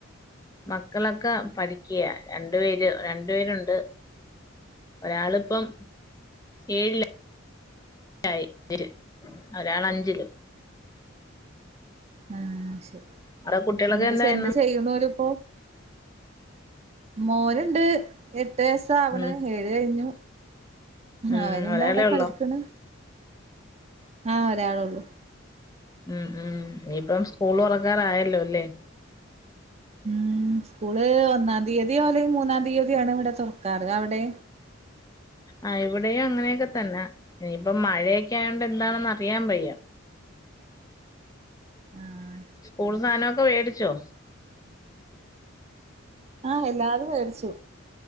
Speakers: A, on the left; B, on the right.
A: മക്കളൊക്കെ പഠിക്ക്യാ രണ്ടു പേര് രണ്ടു പേരുണ്ട്. ഒരാളിപ്പം ഏഴിലാ യി ര് ഒരാളഞ്ചിലും
B: ഉം ശെരി
A: അവിടെ കുട്ടികളൊക്കെ
B: എന്താച
A: എന്തായിന്ന്
B: ന്താ ചെയ്യ്ണോരിപ്പൊ. മോന്ണ്ട് എട്ട്യസ് ട്ടാ വ്ണ്
A: ഉം
B: ഏഴ്കഴിഞ്ഞ്.
A: ഉം
B: അവന്ണ്ട
A: ഒരാളെ
B: വിടെ കളിക്ക്ണ്.
A: ഉള്ളോ
B: ആഹ് ഒരാളൊള്ളൂ.
A: ഉം ഉം ഇനീപ്പം സ്കൂള് തുറക്കാറായല്ലോ ലേ?
B: ഉം സ്കൂള് ഒന്നാം തീയതോഅല്ലേൽ മൂന്നാം തീയതിയോആണ് ഇവിടെ തുറക്കാറ്. അവിടെ?
A: ആഹ്, ഇവിടെയും അങ്ങനെയൊക്കെ തന്നെ ഇനിയിപ്പ മഴയൊക്കെ ആയോണ്ട് എന്താണെന്ന് അറിയാൻ വയ്യ.
B: ആഹ്
A: സ്കൂൾ സാനൊക്കെ വേടിച്ചോ?
B: ആഹ് എല്ലാതും വേടിച്ചു.